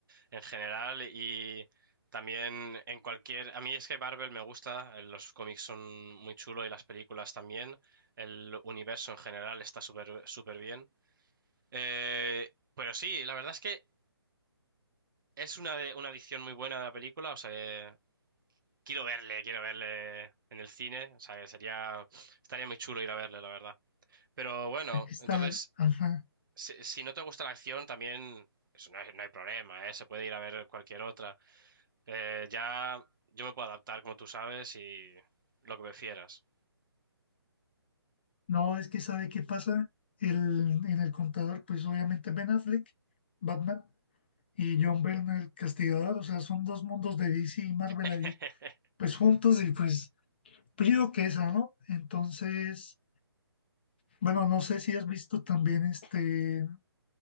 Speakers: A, on the right; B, on the left.
A: en general y también en cualquier... A mí es que Marvel me gusta, eh, los cómics son muy chulos y las películas también, el universo en general está súper súper bien. Eh, pero sí, la verdad es que es una, de- una edición muy buena de la película, o sea, eh, quiero verle, quiero verle en el cine, o sea, que sería... Estaría muy chulo ir a verle, la verdad. Pero bueno,
B: Está,
A: entonces,
B: ajá.
A: si, si no te gusta la acción, también... eso no hay, no hay problema, ¿eh? Se puede ir a ver cualquier otra. Eh, ya yo me puedo adaptar, como tú sabes, y lo que prefieras.
B: No, es que sabe qué pasa. El, en el contador, pues obviamente Ben Affleck, Batman. y John Byrne, el castigador, o sea, son dos mundos de DC y Marvel
A: <laughs>
B: ahí, pues juntos y pues pido que esa, ¿no? Entonces, bueno, no sé si has visto también este,